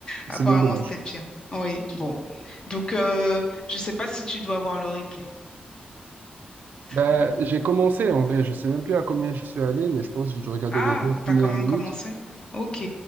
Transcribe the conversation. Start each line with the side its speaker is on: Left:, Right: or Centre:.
Right: c'est
Left: Apparemment,
Right: bien dommage.
Left: c'était pire. Oui, bon. Donc, euh, je ne sais pas si tu dois voir le replay.
Right: Bah,
Left: Bon.
Right: j'ai commencé en vrai, je sais même plus à combien je suis allé, mais je pense que j'ai dû regarder
Left: Ah,
Right: les 20 premières
Left: t'as quand même
Right: minutes.
Left: commencé? Ok,